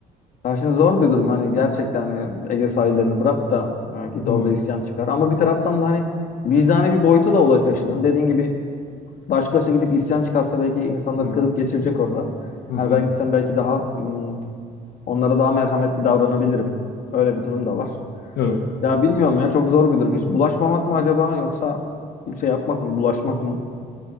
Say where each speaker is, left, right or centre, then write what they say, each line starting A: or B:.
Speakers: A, on the left (about 55°); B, on the left (about 70°).
A: Ya şimdi zor bir durum hani gerçekten hani Ege sahillerini bırak da e, git
B: Hı
A: orada isyan çıkar. Ama bir taraftan da hani vicdani bir boyutu da olay taşıdın. Dediğin gibi Başkası gidip isyan çıkarsa belki insanları
B: hı
A: kırıp geçirecek orada.
B: hı hı.
A: Yani ben gitsem belki daha hmm, onlara daha merhametli davranabilirim. Öyle bir durum da var.
B: Evet.
A: Ya bilmiyorum ya çok zor bir durum. Hiç bulaşmamak mı acaba yoksa şey yapmak mı, bulaşmak mı?